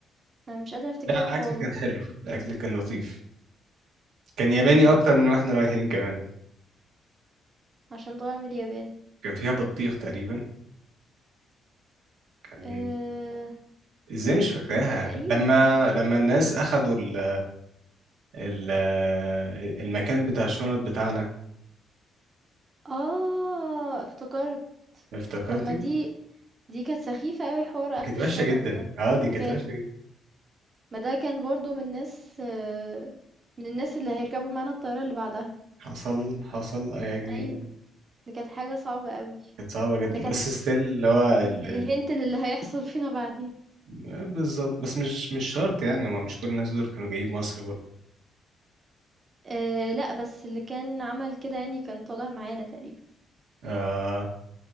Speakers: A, on the right; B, on the right.
A: انا مش قادره افتكرها
B: لا الاكل
A: خالص
B: كان حلو الاكل كان لطيف كان ياباني
A: امم
B: اكتر من واحنا رايحين كمان
A: عشان طالعه من اليابان
B: كان فيها بطيخ تقريبا كان
A: آه
B: ازاي مش فاكراها
A: اه تقريبا
B: لما
A: مش
B: لما
A: عارف
B: الناس اخدوا ال... ال... المكان بتاع الشنط بتاعنا
A: آه افتكرت
B: افتكرتي
A: طب ما دي دي كانت سخيفة قوي حوار اخد
B: دي كانت
A: الشنط
B: وحشة جدا
A: ده
B: اه دي
A: مكان
B: كانت وحشة جدا
A: ما ده كان برضو من الناس آه، من الناس اللي هيركبوا معانا الطيارة اللي بعدها
B: حصل حصل اي اجري
A: ايوه دي كانت حاجة صعبة قوي
B: كانت صعبة جدا
A: ده كان
B: بس ستيل اللي هو ال...
A: كان
B: ال...
A: هنت للي هيحصل فينا بعدين
B: آه، بالظبط بس مش مش شرط يعني هما مش كل الناس دول كانوا جايين مصر برضه
A: أه لا بس اللي كان عمل كده يعني كان طالع معانا تقريبا
B: آه